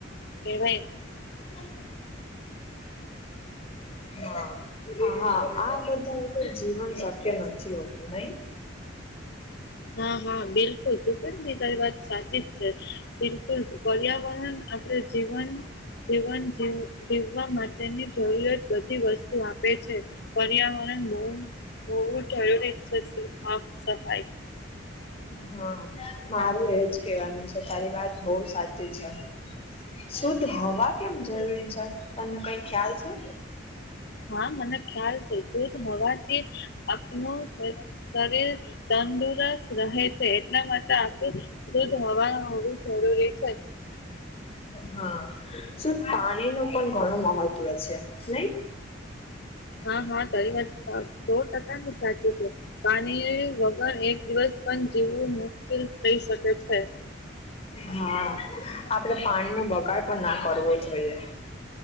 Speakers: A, on the left; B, on the left.
A: કેવાય
B: <unintelligible> હા હા આ બધા વગર જીવન શક્ય નથી હોતું નહી
A: હા હા બિલકુલ તું કેમ ને તારી વાત સાચી જ છે બિલકુલ પર્યાવરણ આપડે જીવન જીવન જીવ જીવવા માટેની જરૂરિયાત બધી વસ્તુ આપે છે. પર્યાવરણ બહુ બહુ જરૂરી છે સાફ સફાઈ
B: હા. મારું એજ કેવાનું છે તારી વાત બહુ સાચી છે. શુદ્ધ હવા કેમ જરૂરી છે તમને કઈ ખ્યાલ છે.
A: હા મને ખ્યાલ છે દૂધ હોવાથી આપનું શરીર તંદુરસ્ત રહે છે એટલા માટે આપણે શુદ્ધ હવા હોવી જરૂરી છે.
B: હા શું પાણી નું પણ ઘણું મહત્વ છે નઈ
A: હા હા તારી વાત સો ટકા ની સાચી છે. પાણી વગર એક દિવસ પણ જીવવું મુશ્કેલ થઈ શકે છે.
B: હા આપડે પાણીનો બગાડ પણ ના કરવો જોઈએ.